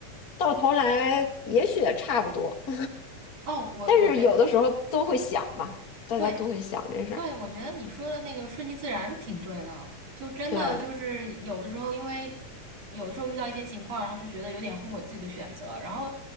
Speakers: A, on the left; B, on the right.
A: 到头来也许也差不多，<laughs>
B: 哦，我我觉得
A: 但是有的时候都会想嘛，大家都会想这事儿，
B: 对，对，我觉得你说的那个顺其自然挺对的，就真的就是有的时候，
A: 对
B: 因为有的时候遇到一些情况，然后就觉得有点后悔自己的选择，然后